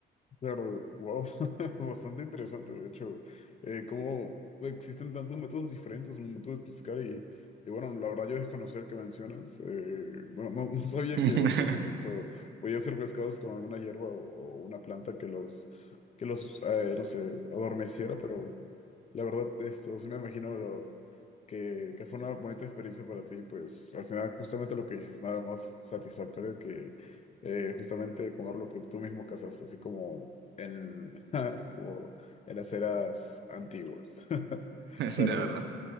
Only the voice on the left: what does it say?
claro, wow, <laughs> fue bastante interesante, de hecho, eh, cómo existen tantos métodos diferentes, un método de pescar y, y bueno, la verdad yo desconocer que mencionas, eh, no, no, no sabía
que los peces esto podían ser pescados con alguna hierba o, o una planta que los, que los, eh, no sé, adormeciera, pero... La verdad, esto sí me imagino lo, que, que fue una bonita experiencia para ti, pues al final justamente lo que dices, nada más satisfactorio que eh, justamente comer lo que tú mismo cazaste, así como en, <laughs> como en las eras antiguas. <laughs> Pero